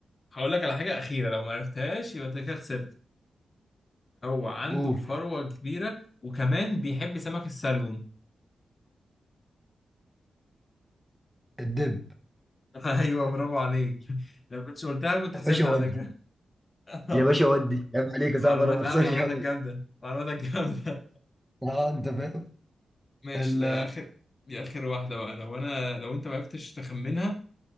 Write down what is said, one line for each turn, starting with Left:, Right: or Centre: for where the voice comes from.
Left: هقول لك على حاجه اخيره لو ما عرفتهاش يبقى انت كده خسرت هو عنده
Centre: قول
Left: فروة كبيرة وكمان بيحب سمك السلمون
Centre: الدب
Left: <laughs> ايوه برافو عليك لو كنتش قلتها كنت
Centre: يا
Left: خسرت
Centre: باشا
Left: على
Centre: ودي
Left: فكرة <laughs>
Centre: يا باشا ودي عيب عليك يا
Left: معلومات
Centre: صاحبي أنا ما
Left: لا
Centre: بخسرش
Left: معلوماتك
Centre: أبدا
Left: جامدة معلوماتك جامدة
Centre: آه أنت فاهم
Left: ماشي
Centre: ال
Left: ده اخر دي اخر واحدة بقى لو انا لو انت ما عرفتش تخمنها